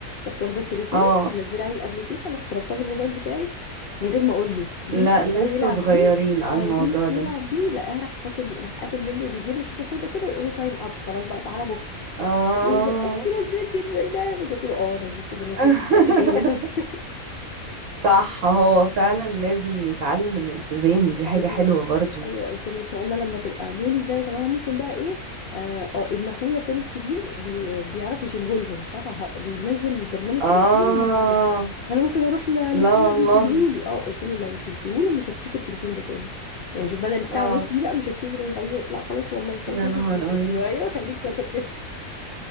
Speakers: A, on the left (about 65°); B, on the right (about 65°).
A: رحت واخده التليفون
B: اه
A: منزله عليه الابليكيشن رحت رابطاه بالموبايل بتاعي من غير ما اقول له جه
B: لا
A: مسك بقى
B: لسه
A: يلعب
B: صغيرين
A: بيه
B: على
A: اه
B: الموضوع
A: جه مسكه
B: ده
A: يلعب بيه لقاه راح فاصل راح قافل منه وبيجيب له شاشه سودا كده يقول له تايم اب خلاص بقى تعالى بكره
B: اه
A: يقول لي إزاي؟ انت نزلتي البرنامج قلت له اه نزلت البرنامج
B: <laughs>
A: عشان أنت مش قد كلمتك
B: صح هو فعلا لازم يتعلم الالتزام دي حاجة
A: ايوه
B: حلوة برضو
A: ايوه قلت له ان شاء الله لما تبقى بيقولي ازاي طب انا ممكن بقى ايه اه آه، ابن اخويا التاني الكبير بي بيعرف يشيله لهم مش عارفه ه- بينزل البرنامج كده
B: اه
A: مين اللي يشيله ما انا ممكن اروح ل-
B: لا
A: لمحمد
B: والله
A: يشيله لي اه قلت له لو شلته له مش هتشوف التليفون ده تاني يعني شوف بدل الساعه
B: اه
A: ونص دي بقى مش هتشوفه تاني خليني لا خلاص والله خلاص
B: يا
A: مش
B: نهار
A: هشيله قلت
B: أبيض
A: له ايوه خليك شاطر كده